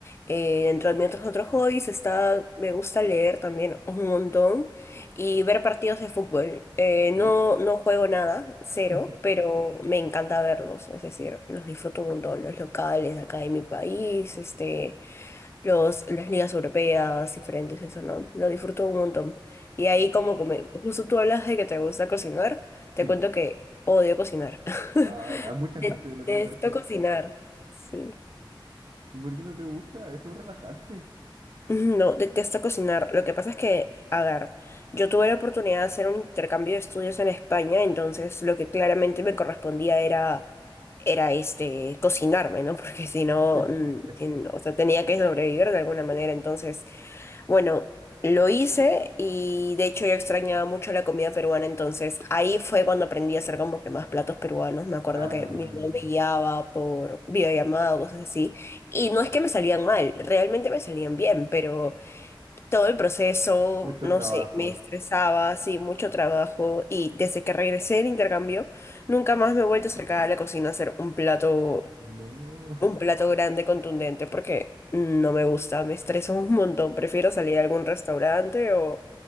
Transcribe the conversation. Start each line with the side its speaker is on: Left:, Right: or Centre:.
Left: Eh, dentro de mis otros, otros hobbies está, me gusta leer también un montón y ver partidos de fútbol. Eh,
Right: Uh,
Left: no, no juego nada, cero,
Right: <laughs>
Left: pero me encanta verlos, es decir, los disfruto un montón, los locales de acá de mi país, este, los, las ligas europeas, diferentes, eso, ¿no? Lo disfruto un montón. Y ahí
Right: genial.
Left: como, come- justo tú hablas de que te gusta cocinar,
Right: Sí,
Left: te cuento que odio cocinar. <laughs>
Right: a, a mucha
Left: Detesto
Right: gente le pasa eso.
Left: cocinar. Sí.
Right: ¿Y por qué no te gusta? Es un relajante.
Left: No, detesto cocinar. Lo que pasa es que, a ver, yo tuve la oportunidad de hacer un intercambio de estudios en España, entonces lo que claramente me correspondía era, era este, cocinarme, ¿no? <laughs> Porque si no,
Right: <laughs>
Left: mm, si no, o sea, tenía que sobrevivir de alguna manera. Entonces, bueno, lo hice y de hecho yo extrañaba mucho la comida peruana, entonces ahí fue cuando aprendí a hacer como que más platos peruanos. Me acuerdo
Right: Ah.
Left: que mi mamá me guiaba por videollamada o cosas así. Y no es que me salían mal, realmente me salían bien, pero todo el proceso,
Right: Mucho
Left: no
Right: trabajo.
Left: sé, me estresaba, sí, mucho trabajo y desde que regresé del intercambio, nunca más me he vuelto a acercar a la cocina a hacer un plato,
Right: No,
Left: un
Right: <laughs>
Left: plato grande, contundente, porque no me gusta, me estreso un montón, prefiero salir a algún restaurante o